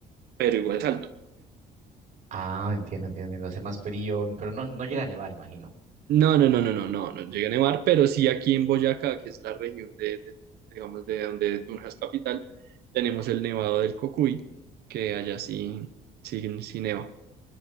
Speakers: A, on the right; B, on the right.
A: pero igual es alto.
B: Ah, entiendo, entiendo, entiendo. Hace más frío, pero no, no llega a nevar, imagino.
A: No, no, no, no, no, no, no llega a nevar, pero sí aquí en Boyacá, que es la región de, de- digamos, de donde Tunja es capital, tenemos el Nevado del Cocuy, que allá sí, sí, sí neva.